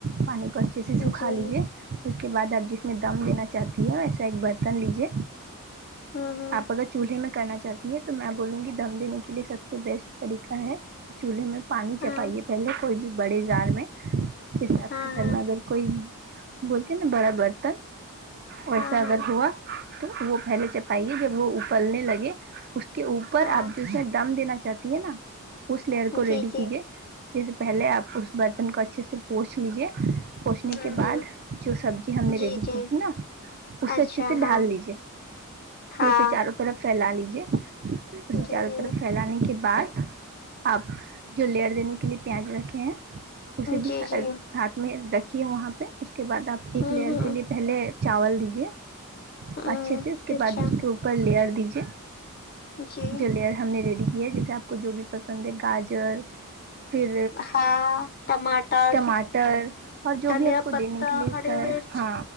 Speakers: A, on the right (about 45°); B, on the left (about 45°).
A: پانی کو اچھی اچھی طر حہ
B: ہوں
A: سکھا
B: جی
A: لیجیے اس کے بعد اب جیس میں دم دینا چاہتی ہے ایسا ایک برتن لیجیے
B: ہوں ہوں
A: آپ اگر چولہے میں کرنا چاہتی ہے تو میں بولوں گی دم دینے کے لیے سب سے بیسٹ طریقہ ہے چولہے میں پانی چپائیے
B: ہاں
A: پہلے کوئی بھی بڑے زار میں جیسے آپ
B: ہاں
A: کے گھر
B: ہاں
A: میں اگر کوئی بولتے نا بڑا برتن ویسا
B: ہاں
A: اگر
B: ہاں
A: ہوا تو وہ پہلے چپائیے جب وہ اپلنے لگے اس کے اوپر
B: ہاں
A: آپ جسے دم دینا چاہتے ہے نہ اس لیر کو
B: جی
A: ریڈی
B: جی
A: کیجیے جیس سے پہلے آپ اس برتن کو اچھے سے پوچھ لیجے پہنچنے
B: ہوں
A: کے
B: ہوں
A: بعد جو سبزی ہم نے
B: جی
A: ریڈی کی
B: جی
A: تھی نا اسے
B: اچھا
A: اچھے سے ڈال
B: ہاں
A: لیجیے
B: ہاں
A: پھرے سے چاروں طرف پھیلا لیجے اسے
B: جی
A: چاروں
B: جی
A: طرف پھیلانے کے بعد آپ جو لیئر دینے کے لیے پیاز رکھے ہیں اسے بھی
B: جی
A: ساتھ
B: جی
A: میں رکھیے وہاں پہ اس کے بعد آپ ایک
B: ہوں
A: لیئر
B: ہوں
A: کے لیے پہلے چاول دیجیے
B: ہوں
A: اچھے سے اس کے
B: اچھا
A: بعد اس کے اوپر لئر دیجیے
B: جی
A: جولیئر ہم نے ریڈی کیا ہے جیسے آپ کو جو بھی پسند ہے گاجر پھر
B: ہاں ٹماٹر
A: ٹماٹر اور جو
B: دھنیا
A: بھی آپ کو
B: پتتا
A: دینے کے لیے
B: ہری
A: ہوتا ہے
B: مرچ
A: ہاں